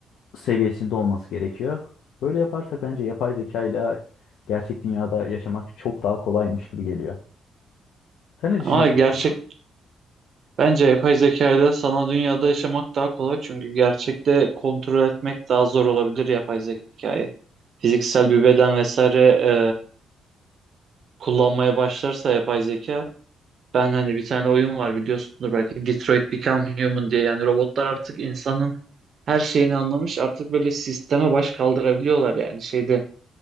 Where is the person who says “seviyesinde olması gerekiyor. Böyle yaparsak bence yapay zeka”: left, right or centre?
Left